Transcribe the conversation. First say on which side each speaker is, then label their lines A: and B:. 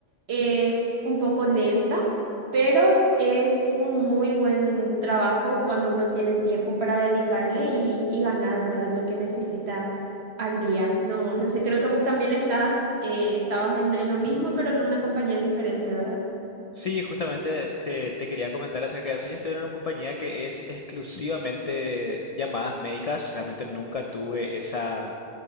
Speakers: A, on the right (about 80°); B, on the left (about 45°).
A: Es un poco lenta pero es un muy buen trabajo cuando uno tiene tiempo para dedicarle y, y ganar, ¿verdad? Lo que necesita al día. No, no sé, creo que vos también estás, eh, estabas en, en lo mismo, pero en una compañía diferente, ¿verdad?
B: Sí, justamente te, te quería comentar acerca de eso. Yo estoy en una compañía que es exclusivamente llamadas médicas. Realmente nunca tuve esa